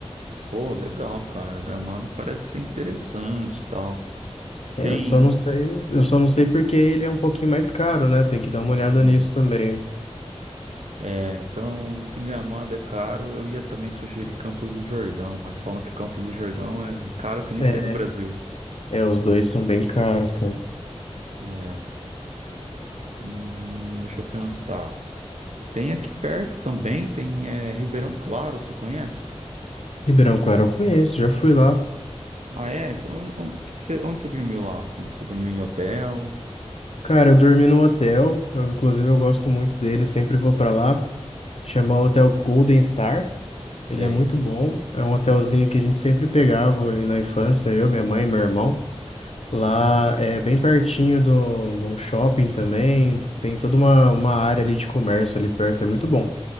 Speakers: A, on the right (about 80°); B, on the left (about 65°).
A: Pô, legal, cara. Gramado parece ser interessante e tal.
B: É,
A: Tem.
B: eu só não sei, eu só não sei porque ele é um pouquinho mais caro, né? Tem que dar
A: hum,
B: uma olhada nisso também.
A: é, então, se Gramado é caro, eu ia também sugerir Campos do Jordão, mas falam que Campos do Jordão é caro que nem
B: É,
A: sair do Brasil.
B: é, os dois são bem caros, cara.
A: É. Hum, deixa eu pensar. Tem aqui perto também, tem é, Ribeirão Claro, você conhece?
B: Ribeirão Claro eu conheço, já fui lá.
A: Ah, é? Onde, onde que você, onde você dormiu lá, assim? Você dormiu em hotel?
B: Cara, eu dormi num hotel, eu, inclusive eu gosto muito dele, eu sempre vou pra lá. Chama Hotel Golden Star.
A: Sei.
B: Ele é muito bom. É um hotelzinho que a gente sempre pegava na infância, eu, minha mãe e meu irmão. Lá é bem pertinho do- de um shopping também. Tem toda uma, uma área ali de comércio ali perto, é muito bom.